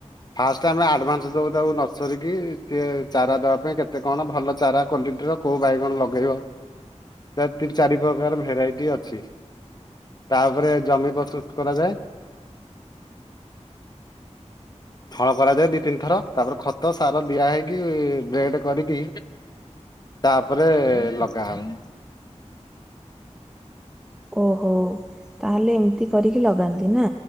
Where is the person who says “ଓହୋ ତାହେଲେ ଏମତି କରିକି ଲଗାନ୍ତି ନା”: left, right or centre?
Centre